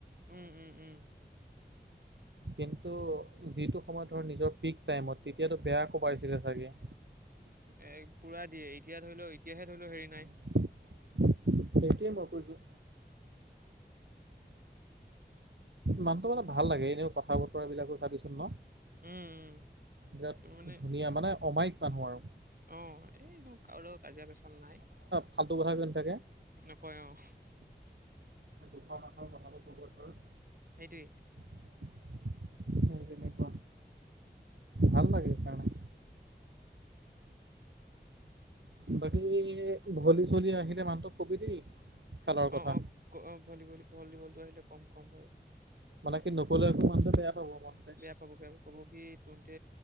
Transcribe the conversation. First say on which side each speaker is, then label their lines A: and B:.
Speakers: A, on the right; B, on the right.
A: উম, উম, উম।
B: কিন্তু যিটো সময়ত ধৰ নিজৰ পিক টাইমত তেতিয়াতো বেয়া কোবাইছিলে চাগে।
A: এক পুৰা দিয়ে এতিয়া ধৰি ল এতিয়াহে ধৰি লওঁক হেৰি নাই।
B: সেইটোৱে মই কৈছোঁ। মানুহটো মানে ভাল লাগে, এনেও কথা বতৰা বিলাকো চাবিচোন ন।
A: উম উম
B: বিৰাট
A: তুমি মানে
B: ধুনীয়া মানে অমায়িক মানুহ আৰু।
A: অ, এইটো কাৰো লগত কাজিয়া পেচাল নাই।
B: ফালটো কথা কৈ নাথাকে।
A: নকয় অ'।
B: দুশ মানুহৰ কথাটো ক'ব ধৰ।
A: সেইটোৱে।
B: সেই তেনেকুৱা, ভাল লাগে সেইকাৰণে। বাকী ভলী, চলী আহিলে মানুহটোক কবি দেই। খেলৰ
A: অ',
B: কথা
A: অ', অ', ভলিবলি-ভলীবলটো আহিলে ক'ম, ক'ম বাৰু।
B: মানে কি নক'লে আকৌ মানুহটোৱে বেয়া পাব মন
A: বেয়া পাব বেয়া পাব, ক'ব কি, তহঁতে